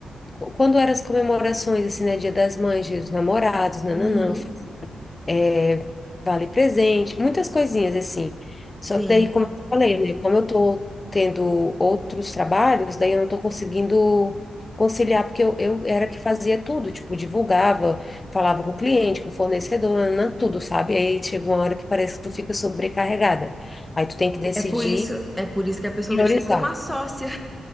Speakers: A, on the left; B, in the centre.
A: Quando eram as comemorações, assim, né, Dia das Mães, Dia dos Namorados, nananã,
B: Uhum,
A: é, vale presente, muitas coisinhas assim.
B: sim.
A: Só que daí, como eu falei, né, como eu tô tendo outros trabalhos, daí eu não tô conseguindo conciliar, porque eu, eu era que fazia tudo, tipo, divulgava, falava com o cliente, com o fornecedor, nananã, tudo, sabe? Aí chega uma hora que parece que tu fica sobrecarregada. Aí tu tem que decidir
B: É por isso, é por isso que a pessoa
A: e priorizar,
B: precisa ter uma sócia.